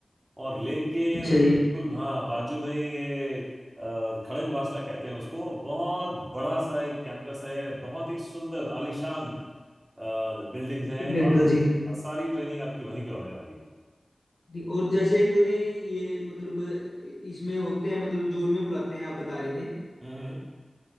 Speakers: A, on the right (about 35°); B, on the left (about 75°).
A: और लेके
B: अच्छा जी
A: बिल्कुल हाँ बाजू में ये अ, खड़गवासला कहते हैं उसको बहुत बड़ा सा एक कैंपस है बहुत ही सुंदर आलीशान बिल्डिंग्स हैं
B: ठीक
A: वहाँ
B: है अंकल जी
A: अ, सारी ट्रेनिंग आपकी वहीं पे होने वाली है
B: जी, और जैसे अंकल जी ये मतलब इसमें होते हैं मतलब जून में बुलाते हैं आप बता रहे थे
A: हम्म